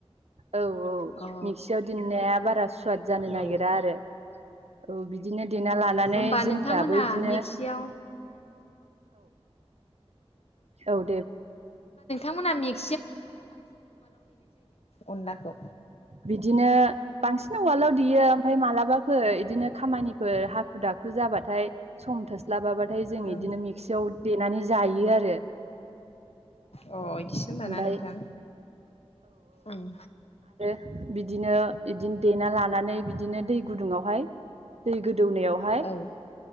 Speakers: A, on the right; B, on the left.
A: औ औ
B: अ
A: मिक्सियाव दोननाया बारा सुवाद जानो नागिरा
B: औ
A: आरो औ बिदिनो देना लानानै
B: होमबा
A: जोंनियाबो
B: नोंथांमोनहा
A: बिदिनो
B: मिक्सियाव
A: औ
B: मोना मिक अनलाखौ
A: बिदिनो बांसिन उवालाव देयो ओमफ्राय मालाबाफोर बिदिनो खामानिफोर हा। हाखु दाखु जाबाथाय सम थोस्लाबाबा। दायो जों
B: ओं
A: इ दिनो मिक्सिआव। देनानै जायो आरो।
B: अ बिदिसो होनबाना
A: ओमफाय
B: नोंथां ओम
A: बिदिनो-इदिनो देना लानानै बिदिनो दै गुदुङावहाय दै गदुं। दौनायावहाय
B: औ औ